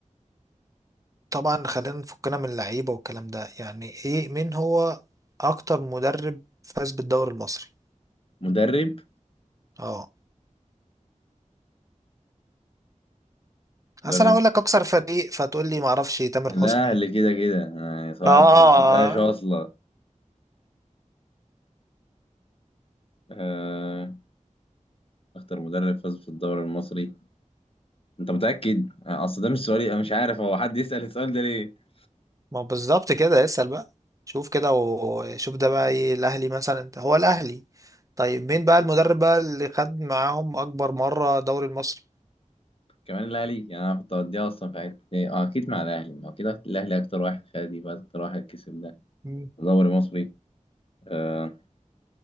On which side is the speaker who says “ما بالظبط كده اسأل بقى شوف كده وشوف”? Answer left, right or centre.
Right